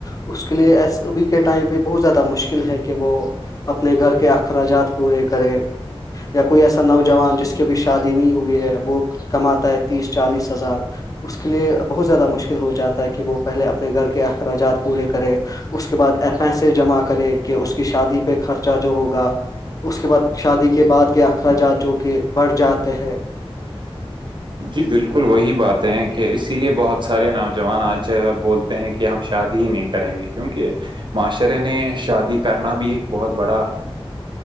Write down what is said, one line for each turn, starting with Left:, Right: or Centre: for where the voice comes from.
Left: اس کے لیے ایس ابھی کے ٹائم پہ بہت زیادہ مشکل ہے کہ وہ اپنے گھر کے اخراجات پورے کرے یا کوئی ایسا نوجوان جس کی ابھی شادی نہیں ہوئی ہے وہ کماتا ہے تیس چالیس ظار اس کے لیے بہت زیادہ مشکل ہو جاتا ہے کہ وہ پہلے اپنے گھر کے اخراجات پورے کرے اس کے بعد پیسے جمع کرے کہ اس کی شادی پہ خرچہ جو ہوگا اس کے بعد شادی کے بعد کے اخراجات جو کہ بڑھ جاتے ہے
Right: جی بالکل وہی بات ہے کہ اسی لیے بہت سارے نوجوان آج بول ہیں کہ ہم شادی ہی نہیں کریں گے کیونک معاشرے نے شادی کرنا بھی ایک بہت بڑا